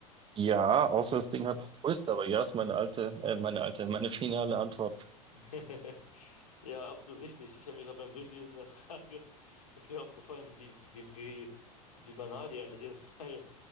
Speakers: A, on the right; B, on the left.
A: ja, außer das Ding hat einen Twist, aber ja, ist meine alte, äh, meine alte, meine finale Antwort.
B: <laughs> Ja, absolut richtig. Ich habe mir gerade beim Durchlesen der Frage <laughs> ist mir aufgefallen, wie, wie, wie, wie wie banal die eigentlich ist, <laughs> weil